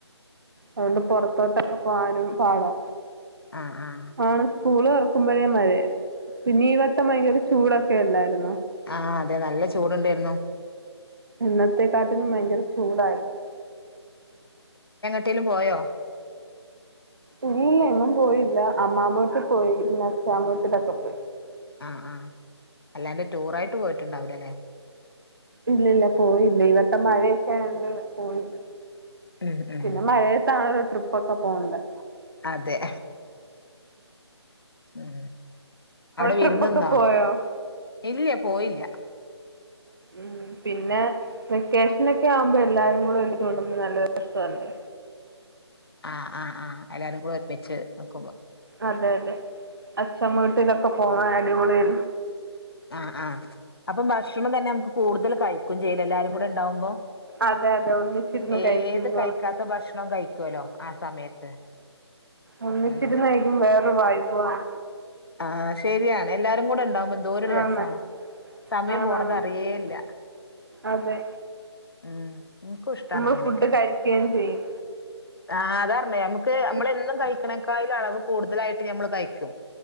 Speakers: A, on the right; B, on the left.
A: അതൊണ്ട് പൊറത്തോട്ടൊക്കെ പോവാനും പാടാ
B: ആഹ് ആഹ്
A: ആണ് സ്കൂള് തോറക്കുമ്പഴേ മഴേ പിന്ന ഈ വട്ടം വയില് ചൂടോക്കെ അല്ലായ് രുനോ
B: ആ അതെ നല്ല ചൂട്ണായിരിര്രന്നു.
A: ഇന്നത്തെക്കാട്ടിലും ഭയങ്കര ചൂടായിരുന്നു.
B: ട്ടിലും പോയാ
A: ഇല്ലില്ല ഞാൻ പോയില്ല അമ്മാമ്മേക്കെ പോയി. <unintelligible>
B: ആ അല്ലാതെ ടൂർ ആയിട്ട് പോയിട്ടുണ്ടാവില്ലല്ലെ
A: ഇല്ലില്ല പോയില്ല ഈ വട്ടം മഴെക്കെ ആയോണ്ട് പോയില്ല
B: ഉം ഉം
A: പിന്നെ മാഴേത്താണ് ട്രിപ്പ്‌ ഒക്ക പോണ് ണ്ടെ
B: അതെ ഉം അവിടെ
A: ട്രിപ്പൊക്കെ
B: വിരുന്നുന്നോ
A: പോയോ?
B: ഇല്ല്യപോയില്ല
A: ഉം പിന്നെ വെക്കേഷനൊക്കെ ആകുമ്പ എല്ലാരും കൂടെഒരുമി ച്ച് കൂടുമ്പ നല്ല രസല്ലേ
B: ആ ആ ആ എല്ലാരും കൂടെ ഒരുമിച്ച് നിക്കുമ്പാ
A: അതെ അതെ. അച്ഛമ്മ വീട്ടിലൊക്കെ പോകാൻ അടിപൊളിയാ
B: ആ ആ അപ്പം ബക്ഷണം തന്നെ മ്മ കൂടുതല് കയിക്കും ചെയ്യൂല്ലോ എല്ലാരും കൂടെണ്ടാ വുമ്പം.
A: അതെ അതെ ഒന്നിച്ചിരുന്ന്
B: ഏത്
A: കഴിക്കുമ്പോ
B: കയിക്കാത്ത ഭക്ഷണോം കയിക്കോല്ലോ ആ സമയത്ത്.
A: ഒന്നിച്ചിരുന്ന്‌
B: ഉം
A: കഴിക്കുമ്പ വേറെ വൈബു ആണ്.
B: ആ ശെരിയാണ് എല്ലാരും കൂടേണ്ടാ വുമ്പം എന്തോരു രസാണ്.
A: ആണ്.
B: സമയം
A: ആണോ
B: പോണത് അറിയേയില്ല.
A: അതെ
B: ഉം. ഇൻക്കും ഷ്ട്ടാണ്
A: നമ്മള്
B: അങ്ങനെക്കെ.
A: ഫുഡ് കഴിക്കുകയും ചെയ്യും
B: ആ അതർഞ്ഞേ നമുക്ക് നമ്മള് എന്നും കഴിക്കണേക്കാ അളവ്. കൂടുതലായിട്ട് നമ്മള് കയിക്കും